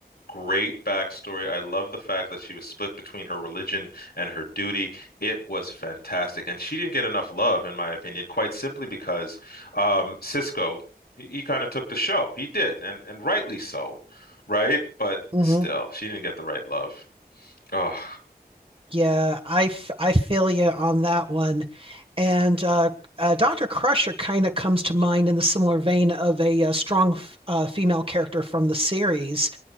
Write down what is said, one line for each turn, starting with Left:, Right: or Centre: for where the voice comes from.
Left: great backstory. I love the fact that she was split between her religion and her duty. It was fantastic. And she didn't get enough love, in my opinion, quite simply because um, Cisco, he, he kind of took the show. He did, and, and rightly so, right? But
Right: hmm
Left: still, she didn't get the right love. Oh.
Right: Yeah, I, f I feel you on that one. And uh, uh, Dr. Crusher kind of comes to mind in the similar vein of a, uh strong f- uh, female character from the series.